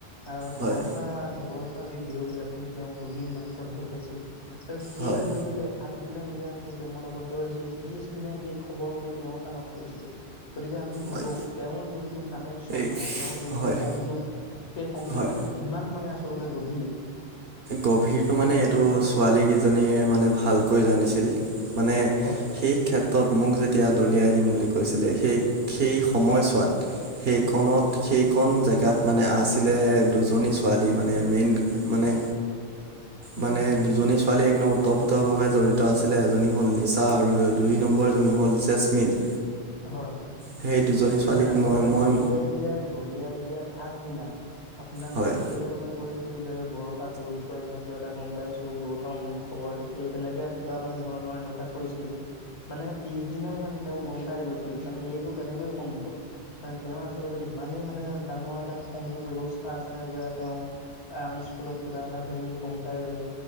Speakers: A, on the left (about 90°); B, on the right (about 65°).
A: আ বছ
B: হয়
A: হা বৰচা যি দেউৰী আপুনি তেওঁক দুদিন মাত্ৰ ভাল পাইছিল আৰু সেই
B: হয়
A: দুদিনতে
B: হয়
A: আগদিনা যেতিয়া আপুনি প্ৰেমত আৱদ্ধ হৈছিল পিছদিনা সেই খবৰ গৈ তেওঁৰ কাণত পৰিছিল। গতিকে আপুনি ভাবক
B: হয়
A: তেওঁৰ যোনটো কানেকচন
B: এই
A: মানে তেওঁৰ যোনটো
B: হয়
A: সংযোগ সেই সংযোগটো
B: হয়
A: কিমান মানে আচলতে গভীৰ।
B: গভীৰটো মানে এইটো ছোৱালীকেইজনীয়ে মানে ভালকৈ জানিছিল। মানে
A: হয় হয়।
B: সেই ক্ষেত- তত মোক যেতিয়া দলিয়াই দিম বুলি কৈছিলে, সেই সেই সময়ছোৱাত সেইকন সেইকন জেগাত মানে আছিলে দুজনী ছো- পোৱালি মানে মেইন মানে
A: <inaudible>
B: মানে দুজনী ছোৱালী একদম ওতঃপ্ৰোত ভাৱে জড়িত আছিলে এজনী হ'ল নিচা আৰু দুই নম্বৰজনী হ'ল জেচমিন।
A: হয় হয়
B: সেই দুজনী ছোৱালীক
A: নহয় আচলতে
B: মই মই
A: দলিয়ে দিয়াৰত দলিয়াই দিয়াৰ আগদিনা আপোনাক
B: হয়
A: এই বিষ- কৰিব মানে কৈছিল যে বৰষা ৰ বিষয়ে মই কিবা এটা গম পাইছোঁ গৌতম খবৰ ঠিকে তেনেকে বা মানে ধৰণৰ এনেকুৱা কৰিছিল, মানে পিছ দিনাই মানে তেওঁ গম পাই গৈছিল মানে এইটো কেনেকৈ সম্ভৱ। মানে তেওঁৰ আচলতে ইমানেই মানে ডাঙৰ এটা সংযোগ ব্যৱস্থা আছেনে যে তেওঁ আ স্কুলত কিবা এটা হলে গম পাই যায়।